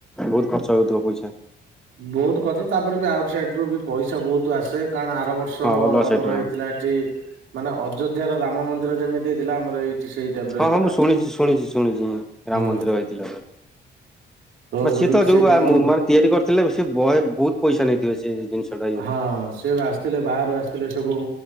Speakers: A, in the centre; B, on the right.
A: ବୋହୁତ ଖର୍ଚ୍ଚ ହୋଉଥୁବ ପଇସା।
B: ବୋହୁତ ଖର୍ଚ୍ଚ ତାପରେ ବି ଆଉଟ୍ ସାଇଡରୁ ବି ପଇସା ବୋହୁତ ଆସେ କାରଣ ଆର ବର୍ ସ
A: ହଁ ଅଲଗା ସାଇଡ
B: ଆମର
A: ରୁ
B: ହେଇଥିଲା ଏଠି ମାନେ ଅଯୋଧ୍ୟାର ରାମ ମନ୍ଦିର ଯେମିତି ହେଇଥିଲା ଆମର ଏଇଠି ସେଇ ଟାଇପ ର
A: ହଁ
B: ହେଇଥିଲା।
A: ହଁ ମୁଁ ଶୁଣିଚି ଶୁଣିଚି ଶୁଣିଚି ମୂଁ
B: ହୁଁ
A: ରାମ ମନ୍ଦିର ହେଇଥିଲା ହଁ। ମା
B: ଯୋଉଠିକି
A: ସିଏ ତ ଯୋଉ
B: ସେଇଠି
A: ଆମୁ
B: ଆମର
A: ମାନେ ତିଆରି କରିଥିଲେ ସେ ବହେ ବୋହୁତ ପଇସା ନେଇଥିବେ ସେ ଜିନିଷ ଟା ଇଏରେ
B: ହଁ ସେ ପା ଆସିଥିଲେ ବାହାରୁ ଆସଥିଲେ ସବୁ